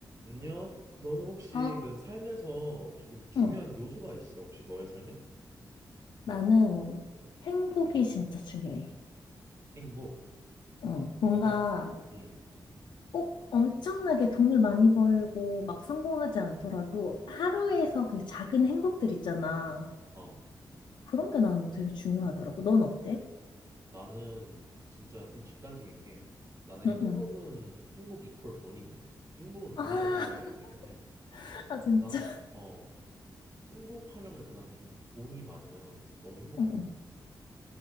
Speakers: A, on the right (about 40°); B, on the left (about 75°).
A: 안녕. 너는 혹시
B: 아,
A: 그 삶에서 혹시 그럼 중요한
B: 응.
A: 요소가 있어? 혹시 너의 삶에?
B: 나는 행복이 진짜 중요해.
A: 행복.
B: 응. 뭔가
A: 약간 음.
B: 꼭 엄청나게 돈을 많이 벌고 막 성공하지 않더라도 하루에서 그 작은 행복들 있잖아.
A: 어.
B: 그런 게 나는 되게 중요하더라고. 넌 어때?
A: 나는 진짜 좀 직관적인 게 나는
B: 응,
A: 행복은
B: 응.
A: 행복 이퀄 돈이거든. 행복은 돈이라고
B: 아,
A: 생각을 하기
B: <laughs>
A: 때문에
B: 아, 진짜.
A: 나는 어, 행복하려면 일단 난 좀 돈이 많으면 너무 행복할
B: 응,
A: 것
B: 응.
A: 같아.